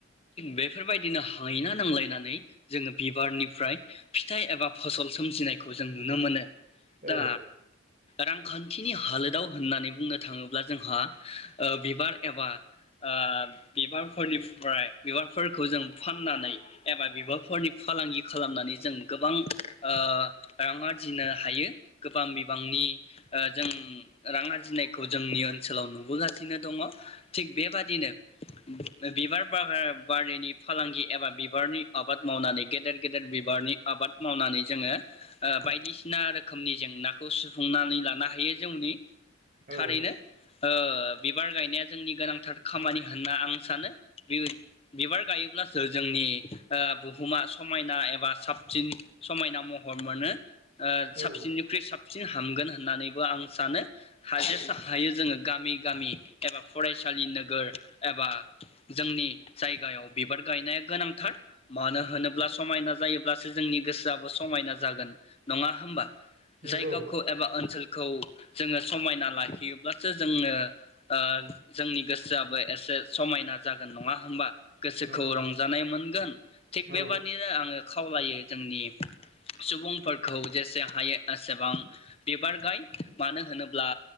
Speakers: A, on the left; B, on the right.
A: बेफोरबायदिनो हायना नांलायनानै जोङो बिबारनिफ्राय फिथाइ एबा फसल सोमजिनायखौ जों नुनो मोनो।
B: औ
A: दा रांखान्थिनि हालोदाव होननानै बुंनो थाङोब्ला जोंहा ओ बिबार एबा ओ बिबारफोरनिफ्राय बिबारफोरखौ जों फाननानै एबा बिबारफोरनि फालांगि खालामनानै जों गोबां ओ रां आरजिनो हायो। गोबां बिबांनि ओ जों रां आरजिनाय खौ जोंनि ओनसोलाव नुबोगासिनो दङ थिग बेबादिनो बिबार बा-बारिनि फालांगि एबा बिबारनि आबाद मावनानै गेदेर गेदेर बिबारनि आबाद मावनानै जोङो ओ बायदिसिना रोखोमनि जेंनाखौ सुफुंनानै लानो हायो जोंनि थारैनो
B: औ
A: ओ बिबार गायनाया जोंनि गोनांथार खामानि होनना आं सानो। बि-बिबार गायोब्ला जोंनि ओ बुहुमा समायना एबा साबसिन समायना महर मोनो। ओ साबसिननिखुइ
B: औ औ
A: साब हामगोन होननानैबो आं सानो। <unintelligible> हायो
B: औ
A: जोङो गामि गामि एबा फरायसालि नोगोर एबा जोंनि जायगायाव बिबार गायनाया गोनांथार। मानो होनोब्ला
B: औ
A: समायना जायो ब्लासो जोंनि गोसोआबो समायना जागोन नङा होमबा?
B: नंगौ
A: जायगाखौ एबा ओनसोल खौ जोङो समायना लाखियोब्लासो जोंनो ओ जोंनि गोसोआबो एसे समायना जागोन नङा होमबा? गोसोखौ
B: नंगौ
A: रंजानाय मोन <unintelligible> थिग
B: औ
A: बेबादिनो आङो खावलायो जोंनि सुबुंफोरखौ जेसे हायो एसेबां बिबार गाय मानो होनो ब्ला